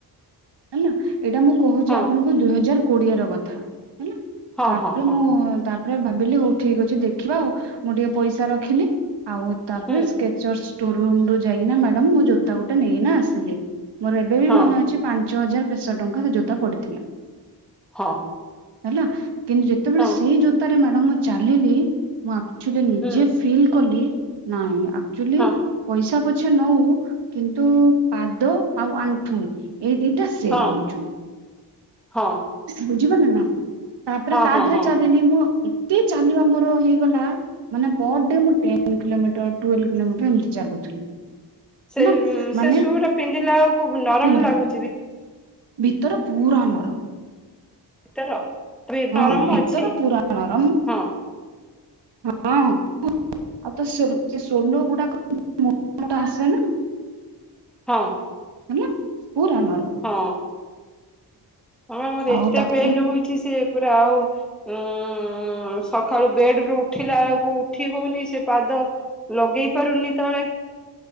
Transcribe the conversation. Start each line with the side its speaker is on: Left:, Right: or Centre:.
Right: ହେଲା ଏଇଟା ମୁଁ କହୁଛି
Centre: ହଁ
Right: ଆପଣଙ୍କୁ ଦୁଇ ହଜାର କୋଡିଏ ର କଥା ହେଲା।
Centre: ହଁ
Right: ତାପରେ
Centre: ହଁ ହଁ
Right: ମୁଁ ତା। ତାରେ ଭାବିଲି ହଉ ଠିକ ଅଛି ଦେଖିବା ଆଉ ମୁଁ ଟିକେ ପଇସା ରଖିଲି ଆଉ ତାପରେ
Centre: ହୁଁ
Right: ସ୍କେ। ଜଷ୍ଟ ଟୁରୁ ରୁମ୍ ଯାଇନା ମ୍ୟାଡାମ୍ ମୁଁ ଜୋତା ଗୋଟେ ନେଇନା ଆସିଲି ମୋର ଏବେ ବି
Centre: ହଁ
Right: ମନେ ଅଛି। ପାଞ୍ଚ ହଜାର କେଶହ ଟଙ୍କା ରେ ଜୋତା ପଡିଥିଲା।
Centre: ହଁ।
Right: ହେଲା କିନ୍ତୁ ଯେତେବେଳେ
Centre: ହଁ
Right: ସେଇ ଜୋତାରେ ମ୍ୟାଡାମ ମୁଁ ଚାଲିଲି ମୁଁ ଅଚୁଲି ନିଜେ
Centre: ହୁଁ
Right: ଫିଲ୍ କଲି ନାଇଁ ଆଚୁଲି।
Centre: ହଁ
Right: ପଇସା ପଛେ ନଉ କିନ୍ତୁ ପାଦ ଆଉ ଆଣ୍ଠୁ। ଏଇ ଦିଟା ସେ
Centre: ହଁ
Right: ଧଉଛନ୍ତି।
Centre: ହଁ।
Right: ବୁଝିିବ ନା ନା ତାପରେ
Centre: ହଁ
Right: ତା
Centre: ହଁ
Right: ଦେହରେ
Centre: ହଁ
Right: ଚା। ଆଚୁଅଲି ମୁଁ ଏତେ ଚାଲିବା ମୋର ହେଇଗଲା। ମାନେ ପର ଡେ ମୁଁ ଟେନ କିଲୋମିଟର ଟ୍ୱଲେଭେ କିଲୋମିଟର ଏମିତି ଚାଲୁଥିଲି। ହେଲା
Centre: ସେ -ସେ
Right: ମାନେ
Centre: ସୁଟା ପିନ୍ଧିଲା ବେଳୁକୁ ନରମ
Right: ପିନ୍ଧ
Centre: ଲାଗୁଛି।
Right: ଭିତର ପୁରା ନରମ।
Centre: ଭିତର ପୁରୀ
Right: ହଁ
Centre: ନରମ
Right: ଭିତର
Centre: ଅଛି
Right: ପୁରା ନରମ
Centre: ହଁ।
Right: ହଁ ଆଉ ତ ସେ ସୋନୁ ଗୁଡାକ। ଆସେ ନା।
Centre: ହଁ।
Right: ହେଲା ପୁରା ନରମ୍
Centre: ହଁ ହ ମୋର
Right: ଆଉ
Centre: ଏତେ
Right: ତାପରେ
Centre: ପେନ୍ ହଉଛି ସେ ପା ଆଉ ଉଁ ସକାଳୁ ବେଡ ରୁ ଉଠିଲା ବେଳକୁ ଉଠି ହଉନି ସେ ପାଦ ଲଗେଇ ପାରୁନି ତଳେ?